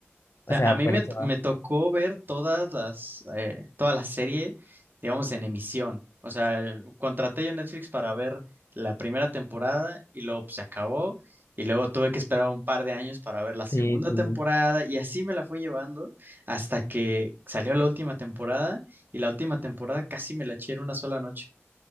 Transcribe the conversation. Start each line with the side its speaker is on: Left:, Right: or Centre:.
Left: O
Right: sea,
Left: sea,
Right: a mí
Left: buenísima.
Right: me, t- me tocó ver todas las, eh, toda la serie, digamos, en emisión. O sea, eh, contraté yo Netflix para ver la primera temporada y luego pues, se acabó. Y luego tuve que esperar un par de años para ver la segunda
Left: Sí, sí.
Right: temporada y así me la fui llevando hasta que salió la última temporada y la última temporada casi me la eché en una sola noche.